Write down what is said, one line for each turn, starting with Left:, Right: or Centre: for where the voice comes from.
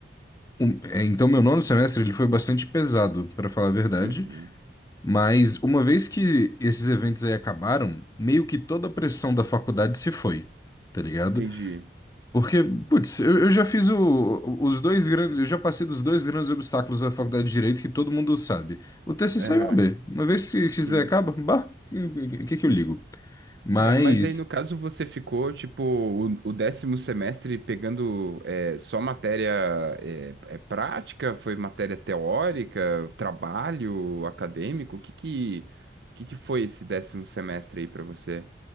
Left: um- é, então meu nono semestre ele foi bastante pesado, para falar a verdade.
Right: uhum.
Left: Mas uma vez que esses eventos aí acabaram, meio que toda a pressão da faculdade se foi. Tá ligado?
Right: Entendi.
Left: Porque, putz, eu, eu já fiz o- os dois grandes, eu já passei dos dois grandes obstáculos da faculdade de Direito que todo mundo sabe. O TCC
Right: Aham,
Left: e o A B Uma vez que
Right: sim.
Left: quiser acaba, bah, o que que eu ligo? Mas,
Right: É, mas aí no caso você ficou, tipo, o, o décimo semestre pegando é, só matéria é, é prática? Foi matéria teórica, trabalho acadêmico? O que que, o que que foi esse décimo semestre aí pra você?